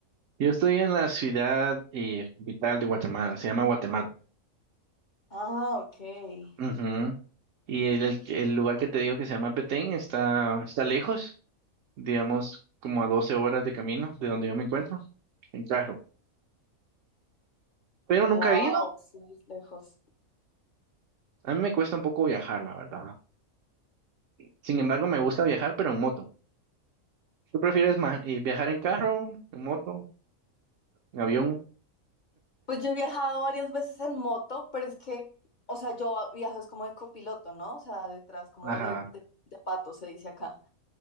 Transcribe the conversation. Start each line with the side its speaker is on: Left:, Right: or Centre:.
Right: Yo estoy en la ciudad eh, capital de Guatemala, se llama Guatemala.
Left: Ah, ok.
Right: Ujú. Y el, el- el lugar que te digo que se llama Petén está, está lejos, digamos como a 12 horas de camino de donde yo me encuentro, en carro. Pero nunca
Left: Wow,
Right: he ido.
Left: sí, es lejos.
Right: A mí me cuesta un poco viajar, la verdad. Sin embargo, me gusta viajar, pero en moto. ¿Tú prefieres
Left: Mm.
Right: ma- eh, viajar en carro, en moto, en avión?
Left: Pues yo he viajado varias veces en moto, pero es que, o sea, yo viajo es como de copiloto, ¿no? O sea, detrás, como
Right: Ajá,
Left: de, de, de pato, se dice acá.